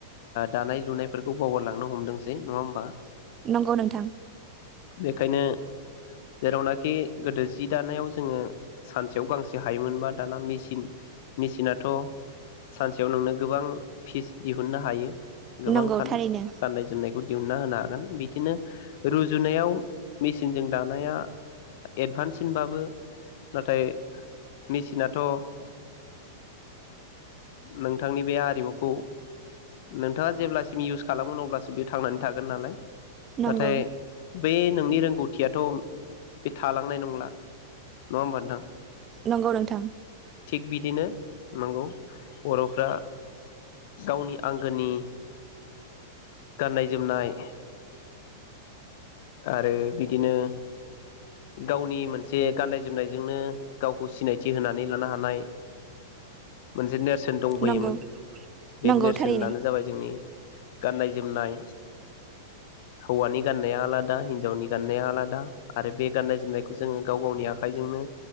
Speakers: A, on the left; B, on the right.
A: दानाय लुनायफोरखौ बावगारलांनो हमदोंसै नङा होमबा।
B: नंगौ नोंथां।
A: बेखायनो जेरावनाखि गोदो जि दानायाव जोङो सानसेयाव गांसे हायोमोनबा दाना मेसिन मेसिनाथ' सानसेयाव नोंनो गोबां फिसा दिहुननो हायो। गोबां
B: नंगौ
A: गाननाय
B: थारैनो
A: जोमनायखौ दिहुनना होनो हागोन बि। बिदिनो रुजुनायाव मेसिनजों दानाया एडभान्ससिनबाबो नाथाय मेसिनाथ' ओ नोंथांनि बे आरिमुखौ नोंथाङा जेब्लासिम इउस खालामगोन अब्लासम बेयो थांनानै थागोन नालाय।
B: नंगौ
A: नाथाय बे नोंनि रोंगौथि खुथियाथ' बे थालांनाय नंला नङा होमबा नोंथां।
B: नंगौ नोंथां।
A: थिग बिदिनो नंगौ बर'फ्रा गावनि आंगोनि गाननाय जोमनाय आरो बिदिनो गावनि मोनसे गाननाय जोमनायजोंनो गावखौ सिनायथि होनानै लानो हानाय मोनसे नेरसोन दंबोयोमोन
B: नंगौ
A: बे
B: नंगौ
A: नेरसोनानो
B: थारैनो
A: जाबाय जोंनि गाननाय। नाय हौवानि गाननाया आलादा और हिनजावनि गाननाया आलादा आरो बे गाननाय जोमनायखौ जोङो गाव गावनि आखाइजोंनो